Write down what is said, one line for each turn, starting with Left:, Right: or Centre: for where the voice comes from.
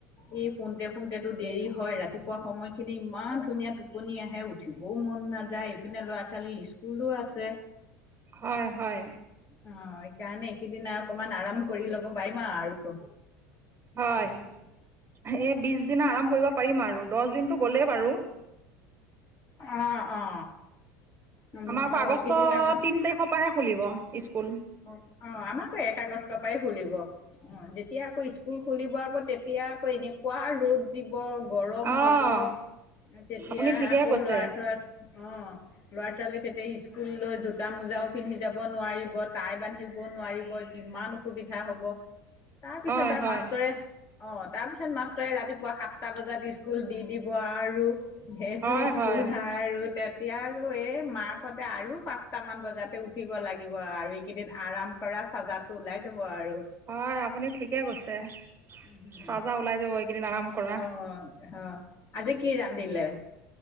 Left: এই শুতে, শুতেটো দেৰি হয়, ৰাতিপুৱা সময়খিনি ইমান ধুনীয়া টোপনি আহে উ উঠিবও মন নাযায়, ইপিনে ল'ৰা ছোৱালী স্কুলো আছে।
Right: হয়, হয়।
Left: অ', এইকাৰণে এইকিদিন অকমান আৰাম কৰি ল'ব পাৰিম আৰু।
Right: হয়, এই বিশদিন আৰাম কৰিব পাৰিম আৰু দছ দিনতটো গ'লেই বাৰু।
Left: অ', অ'। উম
Right: আমাৰ আকৌ
Left: অ
Right: আগষ্ট
Left: এইকেইদিন আৰু
Right: তিন তাৰিখ পাহে খুলিব, স্কুল।
Left: অ', অ', আমাৰ আকৌ এক আগষ্টৰ পাই খুলিব। অ', যেতিয়া আকৌ স্কুল খুলিব আকৌ তেতিয়া আকৌ এনেকুৱা ৰ'দ দিব গৰম
Right: অঁ
Left: হ'ব, তেতিয়া
Right: আপুনি ঠিকে
Left: আকৌ
Right: কৈছে
Left: ল'ৰা ছোৱা অ', ল'ৰা ছোৱালী তেতিয়া স্কুললৈ জোতা মোজাও পিন্ধি যাব নোৱাৰিব টাই বান্ধিব নোৱাৰিব, কিমান অসুবিধা হ'ব তাৰ পিছত
Right: হয়
Left: আৰু
Right: হয়
Left: মাষ্টৰে অ', তাৰপিছত মাষ্টৰে ৰাতিপুৱা সাতটা বজাত স্কুল দি দিব আৰু সেইটো
Right: হয়
Left: স্কুল
Right: হয়
Left: আৰু তে তিয়া আৰু এই মাকহতে আৰু পাঁচটামান বজাতে উঠিব লাগিব আৰু এইকিদিন আৰাম কৰা চাজাটো ওলাই যাব আৰু।
Right: হয়, আপুনি ঠিকে কৈছে।
Left: উম
Right: চাজা ওলাই যাব এইকিদিন আৰাম কৰা
Left: অ', হ' আজি কি ৰান্ধিলে?